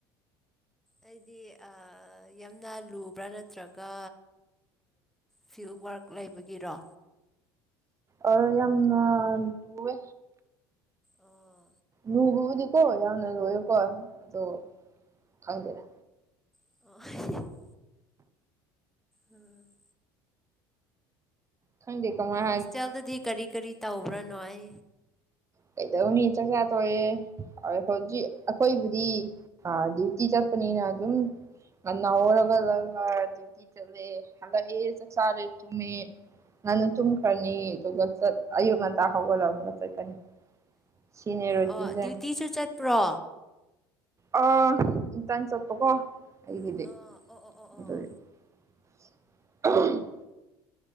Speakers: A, in the centre; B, on the right.
A: ꯑꯩꯗꯤ ꯌꯥꯝꯅ ꯂꯨꯕ꯭ꯔꯥ ꯅꯠꯇ꯭ꯔꯒ ꯐꯤꯜ ꯋꯥꯔꯛ ꯂꯩꯕꯒꯤꯔꯣ
B: ꯑꯣ ꯌꯥꯝꯅ ꯂꯨꯋꯦ
A: ꯑꯣ
B: ꯂꯨꯕꯕꯨꯗꯤꯀꯣ ꯌꯥꯝꯅ ꯂꯣꯏꯌꯦ ꯀꯣ ꯑꯗꯣ ꯈꯪꯗꯦꯗ
A: <unintelligible> ꯎꯝ
B: ꯈꯣꯗꯦ ꯀꯃꯥꯢ
A: ꯍꯣꯁꯇꯦꯜꯗꯗꯤ ꯀꯔꯤ ꯀꯔꯤ ꯇꯧꯕ꯭ꯔꯥ ꯅꯣꯢ
B: ꯀꯩꯗꯧꯅꯤ ꯆꯥꯛꯆꯥ ꯇꯣꯛꯑꯦ ꯍꯧꯖꯤꯛ ꯑꯈꯣꯏꯕꯨꯗꯤ ꯑ ꯗ꯭ꯌꯨꯇꯤ ꯆꯠꯄꯅꯤꯅ ꯑꯗꯨꯝ ꯉꯟꯅ ꯍꯧꯔꯒ ꯗ꯭ꯌꯨꯇꯤ ꯆꯠꯂꯦ ꯍꯜꯂꯛꯑꯦ ꯆꯥꯛ ꯆꯥꯔꯦ ꯇꯨꯝꯃꯦ ꯉꯟꯅ ꯇꯨꯝꯈ꯭ꯔꯅꯤ ꯑꯗꯨꯒ ꯆꯠ ꯑꯌꯨꯛ ꯉꯟꯇꯥ ꯍꯧꯒꯠꯂ ꯑꯃꯨꯛꯀ ꯆꯠꯀꯅꯤ ꯁꯤꯅꯦ ꯔꯨꯇꯤꯟꯁꯦ
A: ꯑꯣ ꯗ꯭ꯌꯨꯇꯤꯁꯨ ꯆꯠꯄ꯭ꯔꯣ
B: ꯑ ꯏꯟꯇꯟ ꯆꯠꯄꯀꯣ ꯑꯩꯒꯤꯗꯤ
A: ꯑꯥ ꯑꯣ ꯑꯣ ꯑꯣ
B: ꯑꯗꯨꯒꯤ
A: ꯑꯣ
B: <unintelligible>